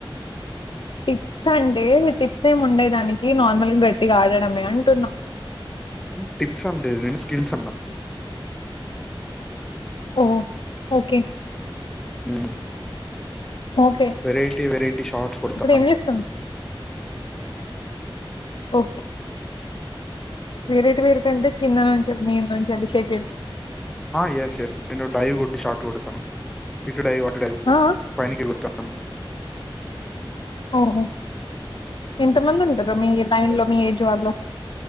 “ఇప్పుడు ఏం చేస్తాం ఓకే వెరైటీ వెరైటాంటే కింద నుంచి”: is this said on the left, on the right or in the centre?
Left